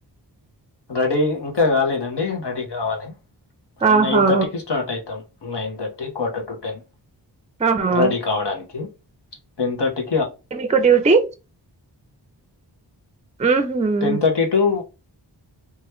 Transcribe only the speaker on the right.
ఆహా
ఆహా
మికు డ్యూటీ మ్ హుమ్